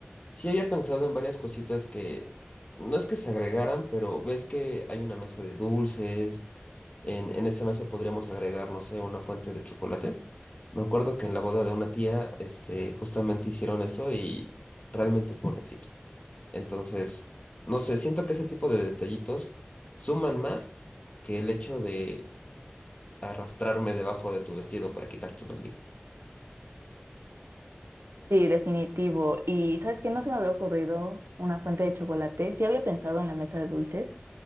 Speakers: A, on the left (about 35°); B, on the right (about 85°).
A: sí había pensado en varias cositas que no es que se agregaran, pero ves que hay una mesa de dulces. En, en esa mesa podríamos agregar, no sé, una fuente de chocolate. Me acuerdo que en la boda de una tía, este, justamente hicieron eso y realmente fue un éxito. Entonces, no sé, siento que ese tipo de detallitos suman más que el hecho de arrastrarme debajo de tu vestido para quitarte una liga.
B: Sí, definitivo. Y sabes que no se me había ocurrido una fuente de chocolate. Sí había pensado en la mesa de dulces.